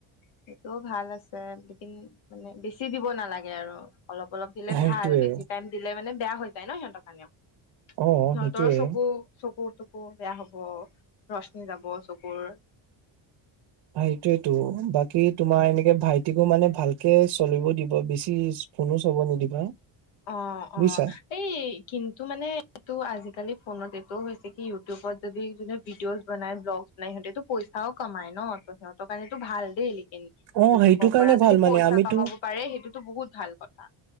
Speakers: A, on the left; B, on the right.
A: সেইটোও ভাল আছে লেকিন মানে বেছি দিব নালাগে আৰু। অলপ অলপ দিলে
B: সেইটোয়ে
A: ভাল বেছি টাইম দিলে মানে বেয়া হৈ যায় ন সিহঁতৰ কাৰণেও।
B: অ
A: সিহঁতৰো
B: সেইটোয়ে
A: চকু চকু উ। চকু বেয়া হব ৰশ্মি যাব চকুৰ।
B: সেইটোয়েতো বাকী তোমাৰ এনেকে ভাইটিকো মানে ভালকে চলিব দিব বেছি। ফোনো চাব নিদিবা।
A: অ
B: বুজিছা
A: অ এই কিন্তু মানে এইটো আজি আজিকালি ফোনত এইটোও হৈছে কি ইউটিউবত যদি যোনে ভিডিঅজ বনাই ব্লগছ বনাই সিঁতেতো পইচাও কমায় ন। ন ত সিহঁতৰ কাৰণেতো ভাল দেই।
B: অ
A: ইউটিউবৰ
B: সেইটো কাৰণে
A: পৰা যদি
B: ভাল মানে
A: পইচা
B: আমিতো
A: কমাব পাৰে সেইটোতো বহুত ভাল কথা।